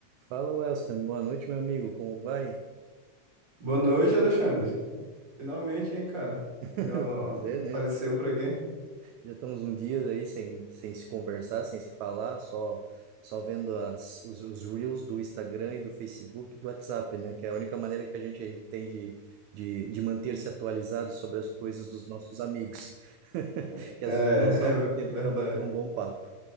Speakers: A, on the right; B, on the right.
A: Fala, Welston. Boa noite, meu amigo. Como vai?
B: Boa noite, Alexandre. Finalmente, hein, cara?
A: <laughs>
B: Deu uma-
A: Pois é,
B: Apareceu
A: né?
B: por aqui? É,
A: Já estamos um dia aí sem, sem se conversar, sem se falar, só só vendo as, os, os reels do Instagram e do Facebook e do WhatsApp, né? Que é a única maneira que a gente tem de, de, de manter-se atualizado sobre as coisas dos nossos amigos, <laughs>
B: <laughs>
A: que
B: é
A: às vezes não sobra
B: ver-
A: o tempo
B: verdade,
A: para bater um bom papo.